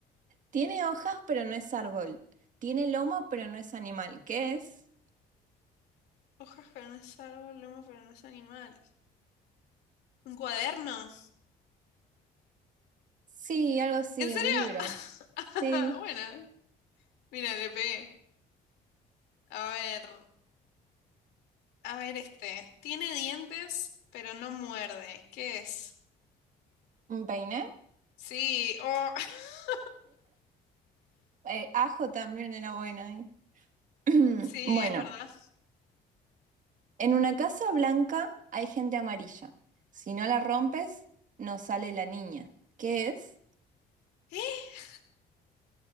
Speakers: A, on the right; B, on the left.
A: Tiene hojas, pero no es árbol. Tiene lomo, pero no es animal. ¿Qué es?
B: Hojas, pero no es árbol, lomo, pero no es animal. ¿Un cuaderno?
A: Sí, algo así,
B: ¿En serio?
A: un libro.
B: <laughs>
A: Sí.
B: Bueno, mira, le pegué. A ver, a ver este. Tiene dientes, pero no muerde. ¿Qué es?
A: ¿Un peine?
B: Sí, oh, <laughs>
A: Eh, ajo también era bueno ahí. <clears throat>
B: sí,
A: Bueno,
B: es verdad.
A: en una casa blanca hay gente amarilla. Si no la rompes, no sale la niña. ¿Qué es?
B: ¿Eh?